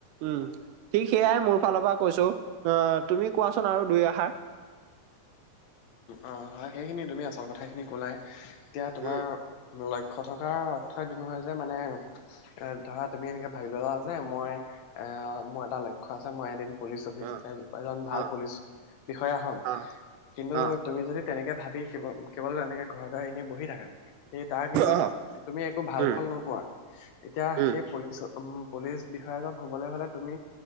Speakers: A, on the right (about 80°); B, on the left (about 65°).
A: উম ঠিক সেয়াই মোৰ ফালৰ পৰা কৈছো আহ তুমি কোৱাচোন আৰু দুই এষাৰ
B: অ হয় সেইখিনি তুমি আচল কথাখিনি কলাই এতিয়া তোমাৰ
A: উম
B: লই কথাষাৰ অৰ্থ এইটো নহয় যে মানে এ ধৰা তুমি এনেকে ভাবি ললা যে মই এ মোৰ এটা লক্ষ্য আছে মই এদিন পুলিচ অফিচাৰ
A: অ
B: এ ভাল
A: অ
B: পুলিচ বিষয়া হম
A: অ
B: কিন্তু
A: অ
B: তুমি যদি তেনেতে এনেকে ভাবি কেৱল কেৱল এনেকে ঘৰতে এনে বহি থাকা সেই তাৰ কিন্তু
A: অ
B: তুমি একো ভাল
A: উম
B: ফল নোপোৱা এতিয়া
A: উম,
B: সেই পুলিচ অ উম পুলিচ বিষয়া জন হবলৈ হলে তুমি